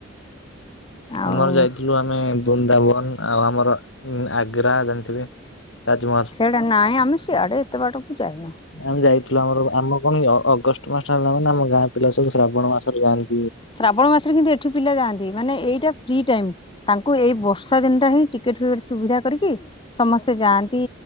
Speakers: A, on the left; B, on the left.
A: ଆଉ
B: ଆମର ଯାଇଥିଲୁ ଆମେ ଆମେ ବୃନ୍ଦାବନ ଆଉ ଆମର ଆଗ୍ରା ଜାଣିଥିବେ ତାଜମହଲ।
A: ସେଇଟା ନାଇଁ ଆମେ ସିଆଡେତେ ବାଟକୁ ଯାଇନ।
B: ଆମେ ଯାଇଥିଲୁ ଆମର ଆମ କଣ ଅଗଷ୍ଟ ମାସ ହେଲା ମାନେ ଆମ ଗାଁ ପିଲା ସବୁ ଶ୍ରାବଣ ମାସରେ ଯାଆନ୍ତିୁ।
A: ଶ୍ରାବଣ ମାସରେ କିନ୍ତୁ ଏଠି ପିଲା ଯାଆନ୍ତି ମାନେ ଏଇଟା ଫ୍ରି ଟାଇମ ତାଙ୍କୁ ଏଇ ବର୍ଷା ଦିନଟା ହିଁ ଟ ଟିକେଟ ଫିକେଟ ସୁବିଧା କରିକି ସମସ୍ତେ ଯାଆନ୍ତି